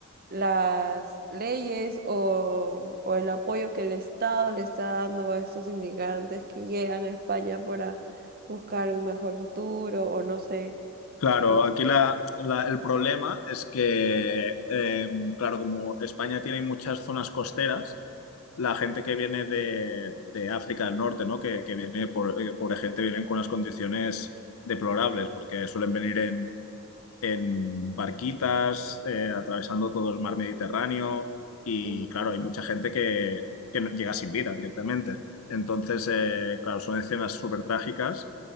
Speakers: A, on the right; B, on the left.
A: las leyes o, o el apoyo que el Estado le está dando a estos inmigrantes que llegan a España para buscar un mejor futuro o no sé,
B: Claro,
A: ¿no?
B: aquí la- la- el problema es que, eh, claro, como España tiene muchas zonas costeras, la gente que viene de, de África del Norte, ¿no? Que, que viene, por, eh, pobre gente, vienen con unas condiciones deplorables, porque suelen venir en, en barquitas, eh, atravesando todo el mar Mediterráneo, y
A: Ujú.
B: claro, hay mucha gente que, que no- llega sin vida directamente. Entonces, eh, claro, son escenas súper trágicas